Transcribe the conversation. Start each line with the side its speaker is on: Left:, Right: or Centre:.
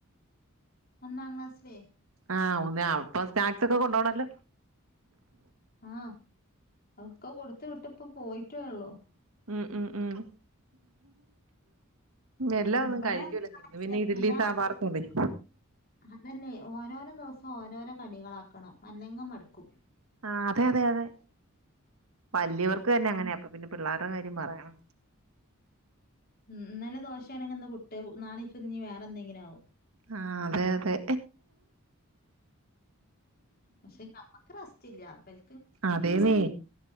Left: ഒന്നാം ക്ലാസില്
Right: ആഹ് ഒന്നില് ആഹ് അപ്പൊ സ്നാക്സ് ഒക്കെ കൊണ്ടോവണല്ലോ
Left: ആഹ് അവൊക്കെ കൊടുത്ത് വിട്ട് ഇപ്പം പോയിട്ടേള്ളൂ
Right: ഉം ഉം ഉം എല്ലാം
Left: ഇതിബടെ
Right: ഒന്നും കഴിക്കൂല്ലന്നേന്ന് പിന്നെ ഇഡലിം
Left: എല്ലാ
Right: സാമ്പാറും കൊണ്ടയി
Left: അതല്ലേ ഓരോരോ ദെവസം ഓരോരോ കടികളാക്കണം അല്ലെങ്കെ മട്ക്കും.
Right: ആഹ് അതെ അതെ അതെ വല്യവർക്ക് തന്നെ അങ്ങനെ അപ്പ പിന്നെ പിള്ളേരുടെ കാര്യം പറയണോ.
Left: ഉം ഇന്നലെ ദോശാണെങ്കി ഇന്ന് പുട്ട് നാളെ പ്പിഞി വേറെ എന്തെങ്കിലും ആവും.
Right: ആഹ് അതെ അതെ.
Left: പക്ഷേ നമ്മക്ക് റസ്റ്റ് ഇല്ല ബൽ
Right: അതേന്നേ.